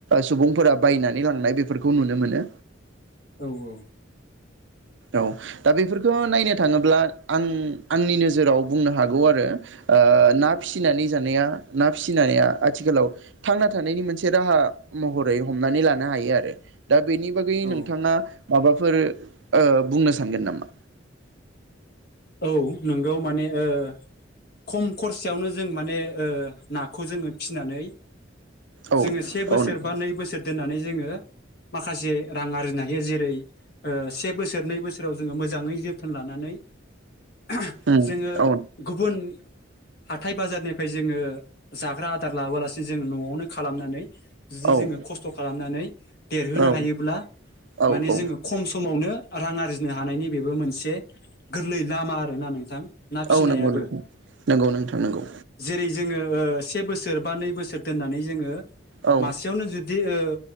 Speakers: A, on the right; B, on the left.
A: सुबुंफोरा बायनानै लांनाय बेफोरखौ नुनो मोनो।
B: औ औ
A: औ दा बेफोरखौ नायनो थाङोब्ला आं आंनि नोजोराव बुंनो हागौ आरो ओ ना फिसिनानै जानाया ना फिसिनाया आथिखालाव थांना थानायनि मोनसे राहा महरै हमनानै लानो हायो आरो। दा बेनि बागै
B: औ
A: नोंथाङा माबा <unintelligible> ओ बुंनो सानगोन नामा?
B: औ नोंगौ माने ओ खम खरसयावनो जों माने नाखौ जोङो फिनानै
A: औ
B: जोङो से बोसोर
A: औ नोंथां
B: बा नै बोसोर दोननानै जोङो माखासे रां आरजिनो हायो जेरै ओ से बोसोर नै बोसोराव जोङो मोजाङै जोथोन लानानै <unintelligible>
A: उम
B: जोङो
A: औ
B: गुबुन हाथाय बाजारनिफ्राय जोङो जाग्रा आदार लाबोलासिनो जोंङ न'आवनो खालामनानै बिदि
A: औ
B: जोङो खस्थ' खालामनानै देरहोनो
A: औ
B: हायोब्ला
A: औ
B: माने
A: औ
B: जोङो खम समावनो रां आरजिनो हानायनि बेबो मोनसे गोरलै लामा आरोना नोंथां। ना फिसिनायाबो
A: औ नोंगौ नोंथां नोंगौ नोंथां नोंगौ।
B: जेरै जोङो ओ से बोसोर बा नै बोसोर दोननानै जोङो
A: औ
B: मासेयावनो जुदि ओ